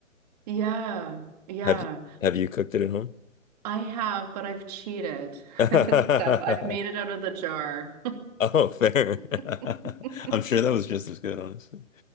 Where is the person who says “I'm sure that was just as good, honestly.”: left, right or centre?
Left